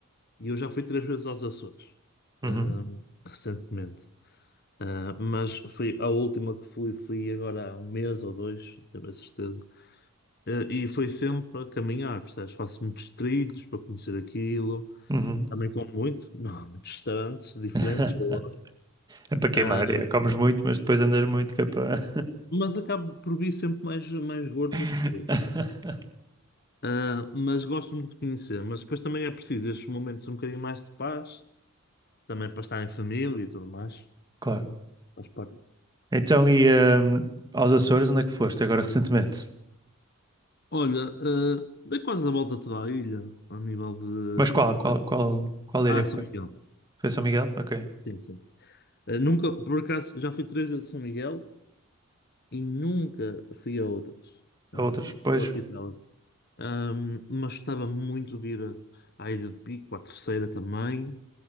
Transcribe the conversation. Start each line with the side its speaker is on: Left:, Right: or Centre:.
Left: E eu já fui três vezes aos Açores,
Right: uhum,
Left: ahm, recentemente. Ah, mas foi a última que fui, fui agora há um mês ou dois, não tenho bem certeza. Ah, e foi sempre a caminhar, percebes? Faço muitos trilhos para conhecer aquilo.
Right: uhum.
Left: Também como muito, <laughs> não, muitos restaurantes diferentes
Right: <laughs>
Left: que eu gosto.
Right: É para queimar,
Left: Ah,
Right: é. Comes muito, mas depois andas muito que é para...
Left: mas acabo por vir sempre mais, mais gordo
Right: <laughs>
Left: do que fui. Ah, mas gosto muito de conhecer. Mas depois também é preciso estes momentos um bocadinho mais de paz, também para estar em família e tudo mais.
Right: Claro.
Left: Faz parte
Right: Então, e hum, aos Açores, onde é que foste agora recentemente?
Left: Olha, eh, dei quase a volta toda a ilha, a nível de.
Right: Mas qual, qual, qual, qual
Left: Ah,
Right: ilha é que
Left: São
Right: foi?
Left: Miguel.
Right: Foi São Miguel? Ok.
Left: Sim, sim. Eh, nunca, por acaso, já fui três vezes a São Miguel e nunca fui a outras. eh,
Right: A outras, pois.
Left: ao arquipélago. Ahm, mas gostava muito de ir a- à Ilha de Pico, à Terceira também,